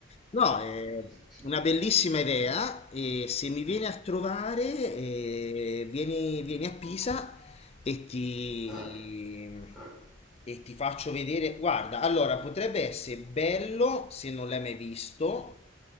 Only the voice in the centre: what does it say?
Ci-
mm,
mm.
Ah, ah.